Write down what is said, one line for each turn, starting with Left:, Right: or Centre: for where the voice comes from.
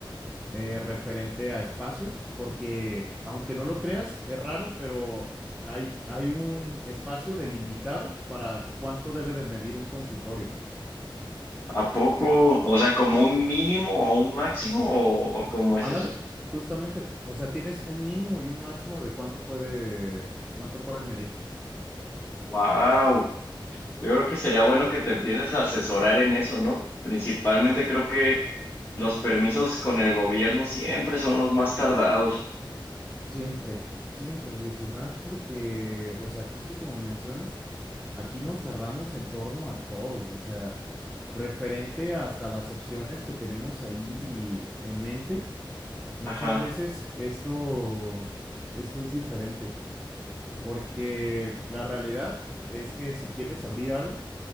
Centre: eh, referente a espacios, porque aunque no lo creas, es raro, pero hay, hay un espacio delimitado para cuánto debe de medir un consultorio.
Left: ¿A poco? O sea, como un mínimo o un máximo o, o cómo es
Centre: Ándale,
Left: eso?
Centre: justamente. O sea, tienes un mínimo y un máximo de cuánto puede, cuánto puede medir.
Left: Wow. Yo creo que sería bueno que te empieces a asesorar en eso, ¿no? Principalmente creo que los permisos con el gobierno siempre son los más tardados.
Centre: Siempre, siempre, Luis, y más porque, o sea, justo como mencionas. Aquí nos tardamos en torno a todo, o sea, referente hasta las opciones que tenemos ahí en mente, muchas
Left: Ajá.
Centre: veces esto, esto es diferente, porque la realidad es que si quieres abrir algo,